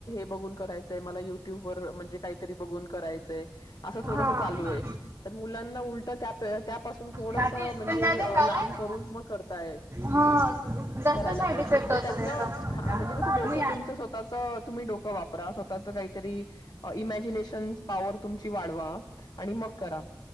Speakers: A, on the left; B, on the right.
A: ब करायचय मला युट्यूब व म्हणजे काहीतरी बघून करायचंय असं थोडस
B: हा
A: चालू आहे तर मुलांना उलट त्या त्यापासून थोडस
B: दादी
A: म्हणजे
B: स्कूल जाजे काला
A: लांब
B: है बेटा
A: करून मग करताय
B: हा जास्त
A: करायला
B: साईड
A: पाहिजे
B: इफेक्ट
A: म्हणजे
B: होतो
A: त्यातनं
B: त्याचा
A: म्हणजे कसं डोकं
B: हो
A: तुमचं स्वतःच तुम्ही डोकं वापरा स्च काहीतरी इमॅजिनेशन पॉवर तुमची वाढवा आणि मग करा